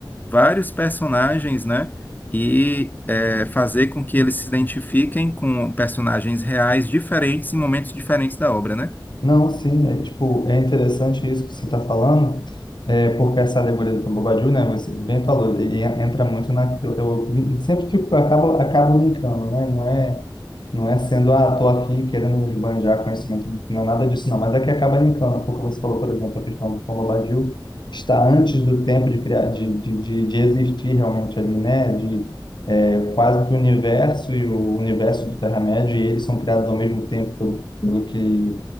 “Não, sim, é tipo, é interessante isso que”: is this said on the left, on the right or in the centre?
Left